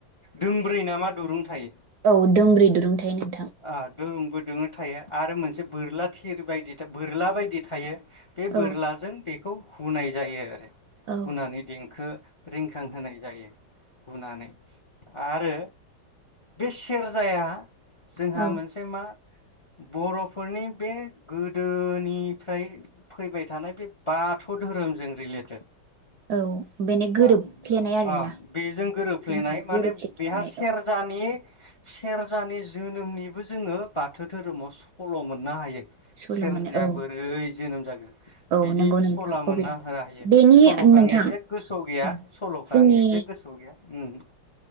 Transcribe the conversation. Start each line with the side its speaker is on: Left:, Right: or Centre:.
Left: दोंब्रै ना मा दुरुं थायो
Right: औ दोंब्रै दुरुं थायोना?
Left: आ दोंबोद दोयों थायो आरो मोनसे बोरला थिर बायदि बोरला बायदि थायो बे
Right: औ
Left: बोरलाजों बेखौ हुनाय जायो आरो
Right: औ
Left: हुनानै देंखो रिंखां होनाय जायो हुनानै आरो बे सेरजाया जोंहा
Right: औ
Left: मोनसे मा बर'फोरनि बे गोदोनिफ्राय फैबाय थानाय बे बाथौ धोरोमजों रिलेटेड ओं
Right: औ बेनो गोरोबफ्लेनाय आरोना
Left: अ‌ बेजों गोरोबफ्लेनाय
Right: जोंजों
Left: माने
Right: गोरोबफ्लेथारनाय
Left: बेहा सेरजानि
Right: औ
Left: सेरजानि ज जोनोमनिबो जोङो बाथो धोरोमाव सल' मोननो हायो।
Right: सल'
Left: सेरजाया
Right: मोनो औ
Left: बोरै जोनोम जाग्रो
Right: औ
Left: बिदि
Right: नंगौ नोंथां
Left: सला मोनना
Right: अब्ला
Left: हारा-हायो
Right: बेनि
Left: सल'खो
Right: नोंथां
Left: आं एगजेक्ट गोसोआव गैया
Right: औ
Left: सल'खौ
Right: जोंनि
Left: आं एकजेक्ट गोसोआव गैया उम